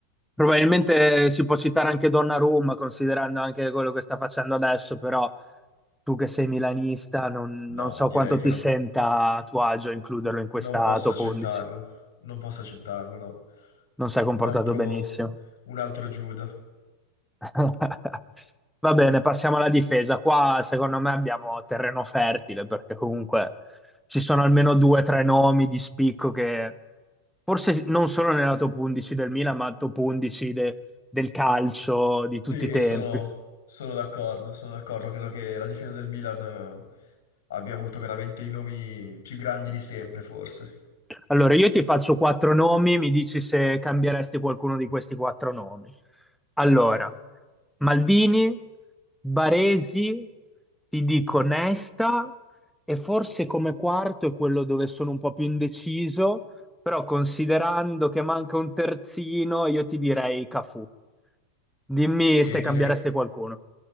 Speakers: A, in the centre; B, on the left.
A: Probabilmente si può citare anche Donnarumma, considerando anche quello che sta facendo adesso, però tu che sei milanista non,
B: No,
A: non so
B: direi
A: quanto
B: che
A: ti
B: non,
A: senta a tuo agio includerlo in questa
B: non posso
A: top
B: accettarlo,
A: 11.
B: non posso accettarlo, no.
A: Non si è comportato
B: Un altro,
A: benissimo.
B: un altro Giuda.
A: <laughs> Va bene, passiamo alla difesa. Qua secondo me abbiamo terreno fertile perché comunque ci sono almeno due o tre nomi di spicco che forse non solo nella top 11 del Milan, ma top 11 de- del calcio di tutti
B: Sì,
A: i tempi.
B: sono, sono d'accordo, sono d'accordo, credo che la difesa del Milan eh, abbia avuto veramente i nomi più grandi di sempre, forse.
A: Allora, io ti faccio quattro nomi, mi dici se cambieresti qualcuno di questi quattro nomi. Allora, Maldini, Baresi, ti dico Nesta e forse come quarto è quello dove sono un po' più indeciso, però considerando che manca un terzino, io ti direi Cafù. Dimmi
B: E
A: se cambieresti
B: direi,
A: qualcuno.